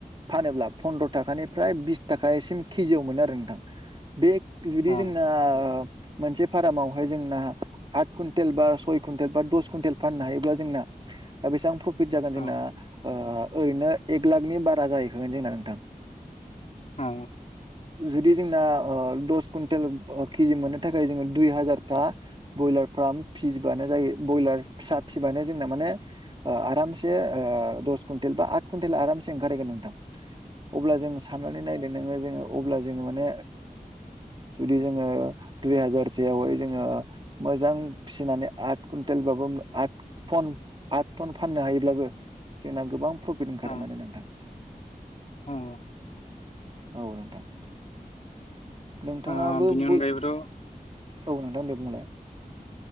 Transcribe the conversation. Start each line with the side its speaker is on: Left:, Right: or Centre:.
Right: फानोब्ला फन्द्र' थाखानिफ्राय बिस थाखासिम किजियाव मोनो आरो नोंथां बे जुदि
Left: अ
Right: जोंना मोनसे फार्मावहाय जोंना आठ कुइन्टेल बा सय कुइन्टेल बा दस कुइन्टेल फाननो हायोब्ला जोंना ओ बेसेबां प्रफिट जागोन जोंना
Left: अ
Right: ओ ओरैनो एक लाखनि बारा जाहैखागोन जोंना नोंथां।
Left: औ
Right: जुदि जोंना ओ दस कुन्टेल ओ किजि मोननो थाखाय जोङो दुइ हाजारथा बयलार फार्म फिबानो जायो ब्रयलार फिसा फिबानो जोंना माने आरामसे ओ दस कुइन्टेल बा आथ कुन्टेल आरामसे ओंखारहैगोन नोंथां।
Left: <inaudible>
Right: अब्ला जोङो साननानै नायदो नोङो जोङो अब्ला जोङो माने जुदि जोङो दुइ हाजारथायावहाय जोङो मोजां फिसिनानै आठ कुन्टेलबाबो आट टन आट टन फाननो हायोब्लाबो जोंना गोबां प्रफिट ओंखारो
Left: औ
Right: माने नोंथां
Left: औ
Right: औ नोंथां नोंथाङाबो
Left: ओ बिनि अनगायैबोथ'
Right: बय औ नोंथां दे बुंलाय